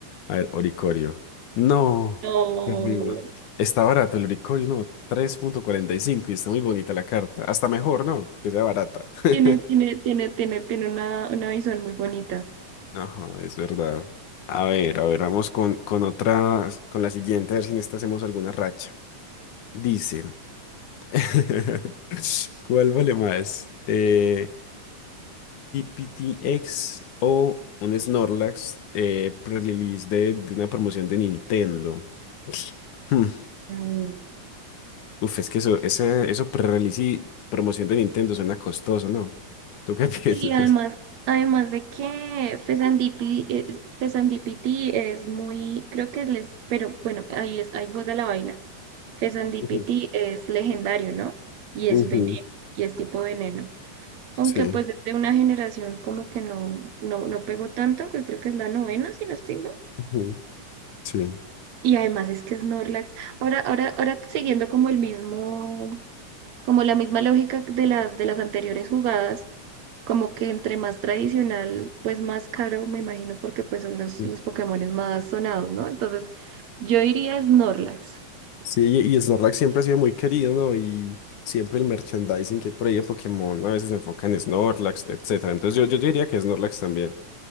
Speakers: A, on the left; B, on the right.
A: A ver, Oricorio. No,
B: <laughs> no.
A: perdimos. Está barato el Oricorio, no, tres punto cuarenta y cinco y está muy bonita la carta. Hasta mejor, ¿no? Que sea barata. <laughs>
B: Tiene, tiene, tiene, tiene, tiene una, una visual muy bonita.
A: No, es verdad. A ver, a ver, vamos con, con otra, con la siguiente, a ver si en esta hacemos alguna racha. Dice, <laughs> ¿cuál vale más? Eh, PTX o un Snorlax eh, pre-release de, de una promoción de Nintendo. Hmm.
B: Mm,
A: Uf, es que eso, ese, eso pre-release y promoción de Nintendo suena costoso, ¿no? ¿Tú qué <laughs> piensas?
B: Sí, además, además de que Fesandipi, es- Fesandipiti es muy, creo que es, les, pero bueno, ahí es, ahí juega la vaina. Fesandipiti
A: Ujú,
B: es legendario, ¿no? Y
A: ujú,
B: es veneno, y es tipo veneno. Aunque
A: Sí,
B: pues desde una generación como que no, no, no pegó tanto, que creo que es la novena, si no estoy mal.
A: ujú, sí.
B: Y además es que Snorlax. Ahora, ahora, ahora siguiendo como el mismo, como la misma lógica de las, de las anteriores jugadas. Como que entre más tradicional, pues más caro, me imagino, porque pues son los,
A: ujú.
B: los Pokémones más sonados, ¿no? Entonces, yo iría Snorlax.
A: Sí, y y Snorlax siempre ha sido muy querido, ¿no? Y siempre el merchandising que hay por ahí de Pokémon ¿no? a veces se enfoca en Snorlax, etcétera. Entonces yo, yo diría que Snorlax también.